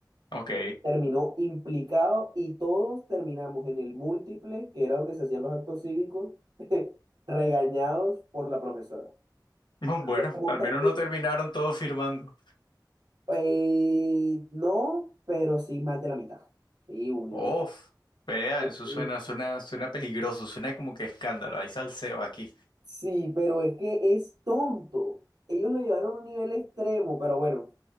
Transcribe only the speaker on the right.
terminó implicado y todos terminamos en el múltiple, que era donde se hacían los actos cívicos, <laughs> regañados por la profesora.
Se pregunta
que
eh, no, pero sí más de la mitad. Sí, uy,
uy,
uy.
sí, pero es que es tonto. Ellos lo llevaron a un nivel extremo, pero bueno,